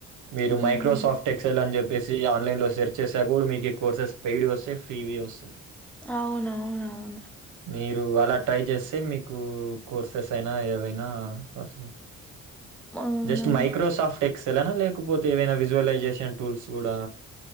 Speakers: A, on the right; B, in the centre.
A: మీరు
B: హ్మ్
A: మైక్రోసాఫ్ట్ ఏక్సల్ అని చెప్పేసి ఆన్లైన్ సర్చ్ చేసా కూడా మీకు ఈ కోర్సెస్ పెయిడ్ వస్తాయి ఫ్రీవి వస్తాయి
B: అవునవునువును
A: మీరు అలా ట్రై చేస్తే మీకు కోర్సెస్ అయినా ఏవైనా పాసిబుల్
B: అవునవును
A: జస్ట్ మైక్రోసాఫ్ట్ ఎక్సలేన లేకపోతే ఏవైనా విజువలైజేషన్ టూల్స్ కూడా